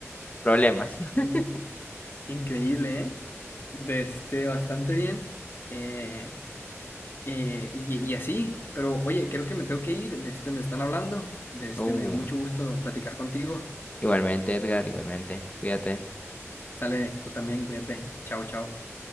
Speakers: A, on the left (about 30°); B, on the left (about 45°).
A: problemas. <laughs>
B: In- increíble, ¿eh? De este, bastante bien. Eh, Eh, y, y así, pero oye, creo que me tengo que ir, de este me están hablando, de este
A: Uh,
B: me dio mucho gusto platicar contigo.
A: igualmente, Edgar, igualmente, cuídate.
B: Sale, tú también, cuídate. Chao, chao.